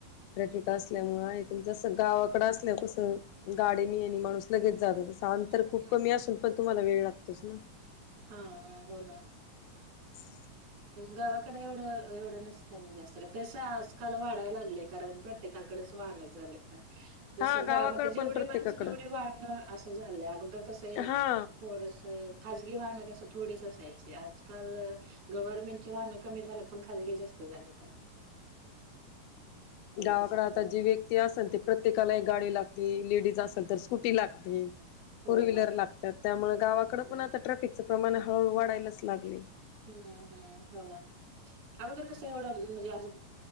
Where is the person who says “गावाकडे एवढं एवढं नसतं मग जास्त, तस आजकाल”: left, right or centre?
Right